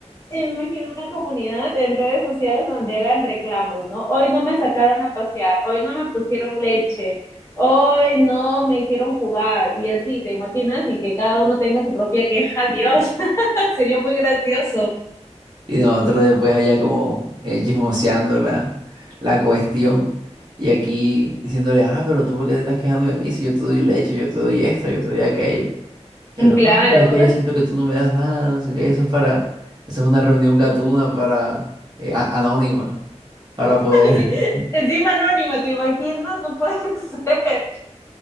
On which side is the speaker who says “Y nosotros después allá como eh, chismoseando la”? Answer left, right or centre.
Right